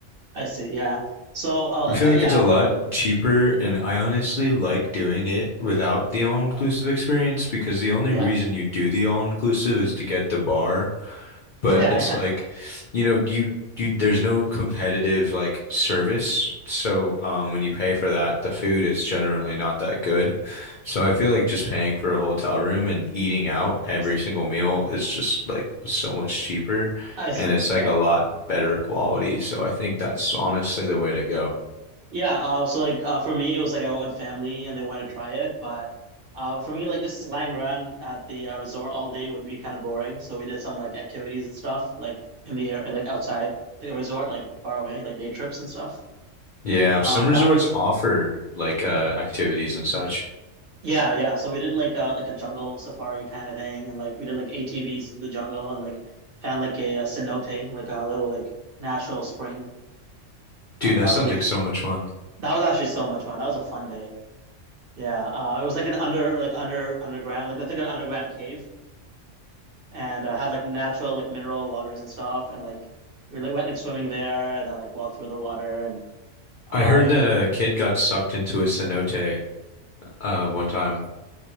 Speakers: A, on the right; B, on the left.
A: I see. Yeah. So, uh,
B: I feel
A: I-
B: like
A: yeah,
B: it's a lot cheaper and I honestly like doing it without the all-inclusive experience because the only
A: yeah,
B: reason you do the all-inclusive is to get the bar But
A: <laughs> yeah.
B: it's like, you know, you you there's no competitive like service. So um when you pay for that, the food is generally not that good. So I feel like just paying for a hotel room and eating out
A: Nice.
B: every single meal is just like so much cheaper
A: I see.
B: and it's
A: Yeah,
B: like a lot better quality. So I think that's honestly the way to go.
A: yeah. Uh, so like uh, for me, it was like I went with family and they wanted to try it, but uh, for me, like just lying around at the uh, resort all day would be kind of boring. So we did some like activities and stuff, like in the air, like outside, like a resort, like far away, like day trips and stuff.
B: Yeah,
A: Um,
B: some resorts
A: that was
B: offer like uh activities and such.
A: Yeah, yeah. So we did like uh like a jungle safari kind of thing, and like we did like ATVs to the jungle, and like found like a, uh cenote, like a little like natural spring.
B: Dude,
A: Uh, that
B: that
A: was
B: sounds
A: pretty.
B: like
A: Fu
B: so much fun.
A: that was actually so much fun. That was a fun day. Yeah. Uh, it was like an under like under underground like I think an underground cave, and uh, had like natural like mineral waters and stuff, and like we like went like swimming there, and then like walked through the water, and uh
B: I heard
A: it-
B: that a
A: it-
B: kid got sucked into a cenote uh one time.